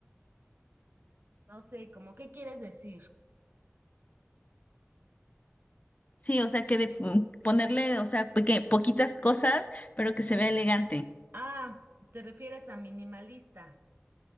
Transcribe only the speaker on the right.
No sé, ¿Cómo qué quieres decir?
Ah, ¿te refieres a minimalista?